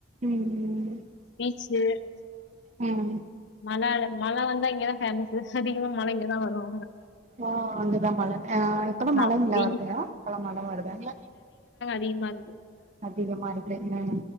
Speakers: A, on the right; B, on the left.
A: ம்
B: பீச்சு
A: உம்
B: மழ மழை வந்தா இங்கதா ஃபேமஸ் அதிகமா மழை இங்கதா வரோ
A: ஓ அங்கதான் மழை ஆஹ் இப்ப எல்லா மழைங்களா
B: ஆம் வெயி
A: அங்க இப்ப எலாம் மழை வருதா இல்ல
B: டி மாறுது
A: அதிகமா இருக்கு உஹம்